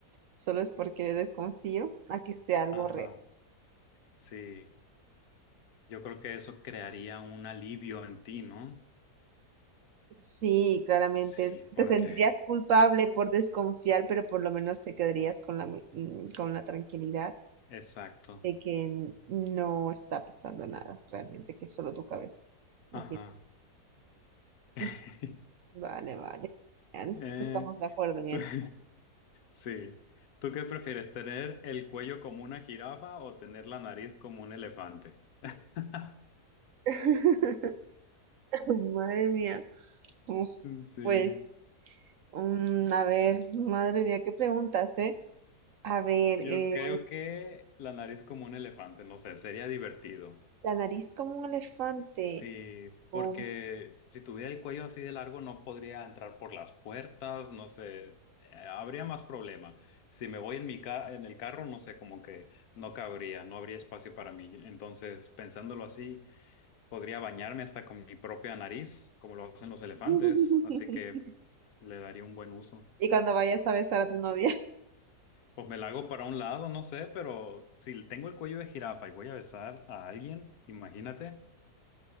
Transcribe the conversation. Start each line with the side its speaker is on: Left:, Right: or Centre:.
Right: solo es porque desconfío a que sea algo
Left: ajá,
Right: real.
Left: sí. Yo creo que eso crearía un alivio en ti, ¿no?
Right: Sí, claramente.
Left: Sí,
Right: es-
Left: porque
Right: Te sentirías culpable por desconfiar, pero por lo menos te quedarías con la, me- mm, con la tranquilidad
Left: Exacto.
Right: de que n- no está pasando nada realmente, que es solo tu cabeza. No
Left: Ajá.
Right: quiero-
Left: <laughs>
Right: Ujú. <laughs> Vale, vale. Genial.
Left: Eh,
Right: Estamos de acuerdo en
Left: tú-
Right: esto.
Left: <laughs> sí. ¿Tú qué prefieres, tener el cuello como una jirafa o tener la nariz como un elefante? <laughs>
Right: <laughs> Madre mía. Uf,
Left: Sí.
Right: Pues, mm, a ver, madre mía, qué preguntas, ¿eh? A ver,
Left: Yo
Right: eh,
Left: creo que la nariz como un elefante, no sé, sería divertido.
Right: la nariz como un elefante.
Left: Sí, porque
Right: Uf.
Left: si tuviera el cuello así de largo no podría entrar por las puertas, no sé, eh, habría más problema. Si me voy en mi ca- en el carro, no sé, como que no cabría, no habría espacio para mí. Entonces, pensándolo así, podría bañarme hasta con mi propia nariz, como lo hacen los elefantes,
Right: <laughs>
Left: así que le daría un buen uso.
Right: Y cuando vayas a besar a tu novia.
Left: Pues me la hago para un lado, no sé, pero si tengo el cuello de jirafa y voy a besar a alguien, imagínate,